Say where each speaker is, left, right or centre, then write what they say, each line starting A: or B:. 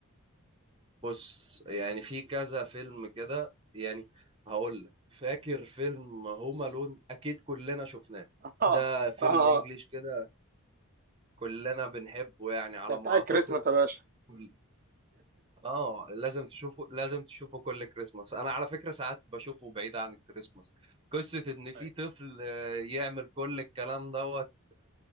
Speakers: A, on the right; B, on the right.
A: بص يعني في كذا فيلم كده يعني هقول لك فاكر فيلم هوم الون اكيد كلنا شفناه
B: <laughs> اه
A: ده فيلم
B: اه
A: انجليش كده كلنا بنحبه يعني على
B: ده بتاع
A: ما اعتقد
B: الكريسماس يا باشا
A: كل... اه لازم تشوفه لازم تشوفه كل كريسماس انا على فكرة ساعات بشوفه بعيد عن الكريسماس قصة ان في
B: أيوة.
A: طفل آه، يعمل كل الكلام دوت